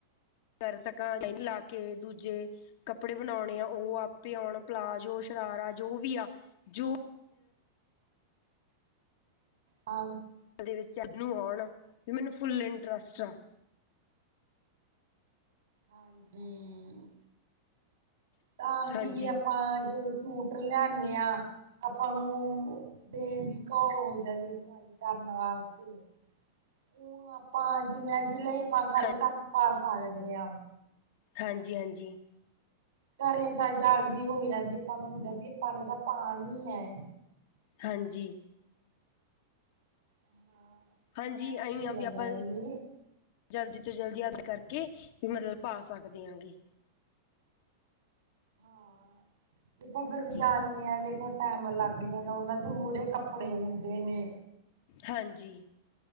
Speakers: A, on the left; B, on the right.
A: ਕਰ ਸਕਾਂ ਨਹੀਂ ਲਾ ਕੇ ਦੂਜੇ ਕੱਪੜੇ ਬਣਾਉਣੇ ਆ ਉਹ ਆਪੇ ਆਉਣ ਪਲਾਜ਼ੋ, ਸ਼ਰਾਰਾ ਜੋ ਵੀ ਆ ਜੋ
B: ਹਾਂ ਜੀ। <unintelligible>
A: ਦੇ ਵਿੱਚ ਇਹਨੂੰ ਆਉਣ ਮੈਨੂੰ ਫੁੱਲ ਇੰਟਰਸਟ ਆ।
B: ਹਾਂਜੀ ਤਾਂ
A: ਹਾਂਜੀ
B: ਕੀ ਆਪਾਂ ਜਦੋਂ ਸੂਟ ਲਿਆਨੇ ਹਾਂ ਆਪਾਂ ਨੂੰ ਦੇਣ ਦੀ ਘੋਲ ਹੋ ਜਾਂਦੀ ਹੈ। ਕਰਨ ਵਾਸਤੇ। ਉਹ ਆਪਾਂ ਜਿਵੇਂ ਅੱਜ ਲਏ ਆਪਾਂ ਕੱਲ
A: ਹਾਂ
B: ਤੱਕ ਪਾ ਸਾਕਦੇ ਆ।
A: ਹਾਂਜੀ ਹਾਂਜੀ।
B: ਘਰੇ ਤਾਂ ਜਾਲਦੀ ਹੋਈ ਜਾਂਦੀ ਅਪਾਂ ਨੂੰ ਹੁੰਦਾ ਵੀ ਆਪਾਂ ਨੇ ਤਾਂ ਪਾਣੀ ਏ।
A: ਹਾਂਜੀ।
B: ਹਾਂ
A: ਹਾਂਜੀ
B: ਐ
A: ਅਹੀ
B: ਹੋ
A: ਵੀ ਆ
B: ਜਾਂਦਾ
A: ਬੀ ਆਪਾਂ
B: ਇਹ
A: ਜਲਦੀ ਤੋਂ ਜਲਦੀ ਅੱਦ ਕਰਕੇ ਵੀ ਮਤਲਬ ਪਾ ਸਕਦੇ ਆਂ ਗੇ।
B: ਹਾ ਆਪਾ ਫਿਰ
A: ਜੀ
B: ਜਾਨੇ ਆ ਦੇਖੋ ਟੈਮ ਲੱਗ ਜਾਂਦਾ ਹੁੰਦਾ ਨਾਂ ਮੂਹਰੇ ਕੱਪੜੇ ਹੁੰਦੇ ਨੇ
A: ਹਾਂਜੀ।